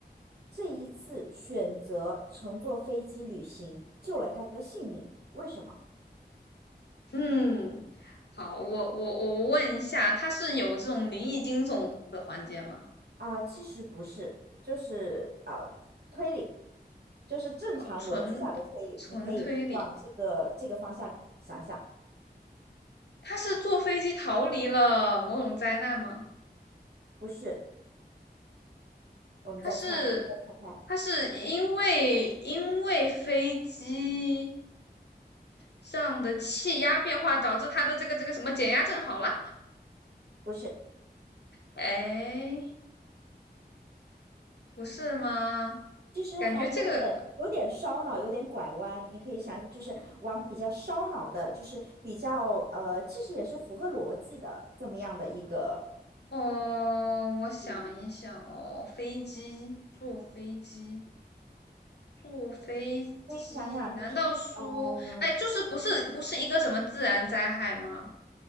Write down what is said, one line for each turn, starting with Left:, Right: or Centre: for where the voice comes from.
Right: 这一次选择乘坐飞机旅行救了他的性命，为什么？
Left: 嗯，好，我我我问一下，它是有这种灵异惊悚的环节吗？
Right: 啊、其实不是，就是呃推理，就是正常逻辑下的推理，
Left: 好，纯纯推理，
Right: 你可以往这个这个方向想想，
Left: 他是坐飞机逃离了某种灾难吗？
Right: 不是，我们再猜，
Left: 他是
Right: 你再猜猜，
Left: 他是因为因为飞机上的气压变化导致他的这个这个什么减压症好了？
Right: 不是，
Left: 哎，不是吗？
Right: 其实还有点有点烧脑，
Left: 感觉这个
Right: 有点拐弯，你可以想，就是往比较烧脑的，就是比较呃，其实也是符合逻辑的这么样的一个。
Left: 哦，我想一想哦，
Right: 嗯。
Left: 飞机坐飞机。坐飞机？
Right: 可以想想，
Left: 难道说，
Right: 就是，呃
Left: 哎，就是不是不是一个什么自然灾害吗？